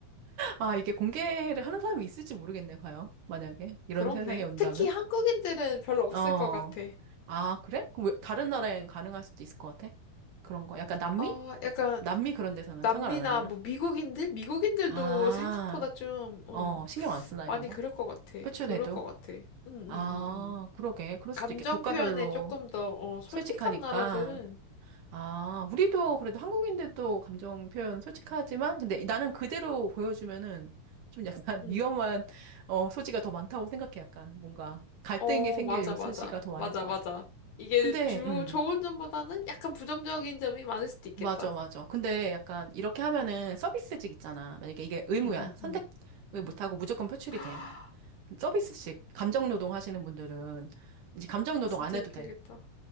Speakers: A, on the right; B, on the left.
A: 아, 이게 공개를 하는 사람이 있을지 모르겠네, 과연. 만약에. 이런
B: 그렇네.
A: 세상이 온다면.
B: 특히 한국인들은 별로 없을
A: 어.
B: 것 같아.
A: 아, 그래? 그럼 왜, 다른 나라엔 가능할 수도 있을 것 같아? 그런 거. 약간 남미?
B: 아, 약간
A: 남미 그런 데서는
B: 남미나
A: 상관 안 하려나?
B: 뭐 미국인들? 미국인들도
A: 아,
B: 생각보다 좀, 어,
A: 어, 신경 안 쓰나,
B: 많이
A: 이런 거?
B: 그럴 것 같아.
A: 표출해도.
B: 그럴 것 같아. 응, 응, 응,
A: 아,
B: 응.
A: 그러게. 그럴 수도
B: 감정
A: 있겠. 국가별로
B: 표현에 조금 더, 어, 솔직한
A: 솔직하니까.
B: 나라들은,
A: 아, 우리도 그래도 한국인들도 감정 표현 솔직하지만, 근데 나는 그대로 보여주면은 좀 약간
B: 응.
A: <laughs> 위험한 어, 소지가 더 많다고 생각해. 약간 뭔가 갈등이
B: 어,
A: 생길
B: 맞아,
A: 요 소지가
B: 맞아.
A: 더 많을
B: 맞아,
A: 것
B: 맞아.
A: 같아.
B: 이게
A: 근데,
B: 주,
A: 음,
B: 좋은 점보다는 약간 부정적인 점이 많을 수도 있겠다.
A: 맞아, 맞아. 근데 약간 이렇게 하면은 서비스직 있잖아. 만약에 이게 의무야.
B: 응, 응,
A: 선택을
B: 응. 응.
A: 못하고 무조건 표출이
B: 아,
A: 돼. 서비스직, 감정 노동 하시는 분들은 이제 감정 노동
B: 진짜
A: 안 해도
B: 힘들겠다.
A: 돼.